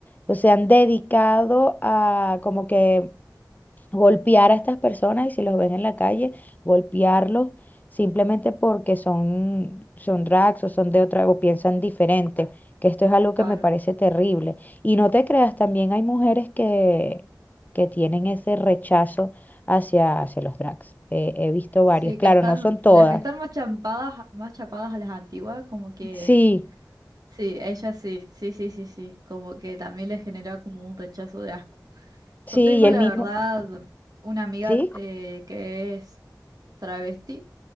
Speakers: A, on the left; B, on the right.
A: o se han dedicado a como que golpear a estas personas y si los ven en la calle, golpearlos simplemente porque son, son drags o son de otra o piensan diferente, que esto es algo
B: Claro.
A: que me parece terrible. Y no te creas, también hay mujeres que, que tienen ese rechazo hacia, hacia los drags. Eh, he visto
B: Sí,
A: varias, claro,
B: que están,
A: no son todas.
B: las que están más champadas, más chapadas a las antiguas, como que
A: Sí,
B: Sí, ella sí, sí, sí, sí, sí, como que también le genera como un rechazo de asco. Yo
A: sí,
B: tengo
A: y
B: la
A: el mismo,
B: verdad una amiga
A: ¿sí?
B: eh, que es travesti,